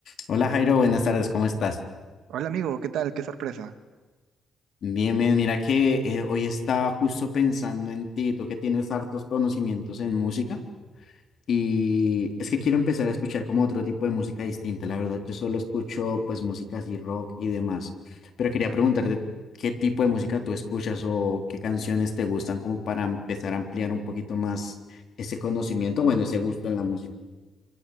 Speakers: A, on the left (about 60°); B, on the right (about 75°).
A: Hola Jairo, buenas tardes, ¿cómo estás?
B: Hola amigo, ¿qué tal? Qué sorpresa.
A: Bien, bien, mira que eh, hoy estaba justo pensando en ti, tú que tienes hartos conocimientos en música y es que quiero empezar a escuchar como otro tipo de música distinta, la verdad yo solo escucho pues música así rock y demás, pero quería preguntarte qué tipo de música tú escuchas o qué canciones te gustan como para empezar a ampliar un poquito más ese conocimiento, bueno, ese gusto en la música.